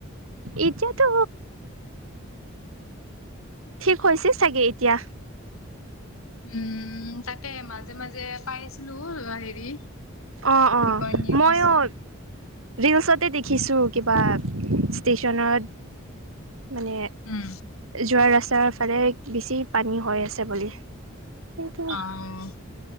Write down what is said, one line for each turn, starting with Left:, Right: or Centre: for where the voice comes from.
Right: ইতিয়াতো। ঠিক হৈছে চাগে এতিয়া।
Left: উম তাকে মাজে মাজে পাই আছিলো হেৰি।
Right: অ', অ',
Left: কি কয় নিউজ
Right: ময়ো। ৰিলচতে দেখিছোঁ কিবা ষ্টেচনত মানে।
Left: উম
Right: যোৱা ৰাস্তাৰ ফালে বেছি পানী হৈ আছে বুলি। কিন্তু
Left: অ',